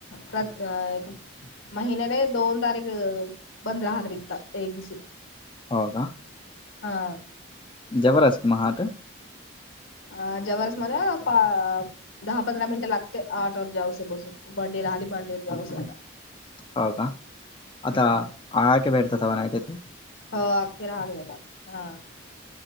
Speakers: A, on the left (about 80°); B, on the left (about 25°).
A: प्र एक महिनेने दोन तारीख बंद <unintelligible> एकदीसी
B: हो का?
A: हा
B: जबरस्त महाट
A: अ जवररस मला पा दहा पंधरा मिनिटं लागते आटोवर जाऊस बसून बडडी राहिली बांडीवर जाऊस आता
B: हो का आता
A: हा
B: आके बेडतात वनयतती
A: हो अके राहावला हा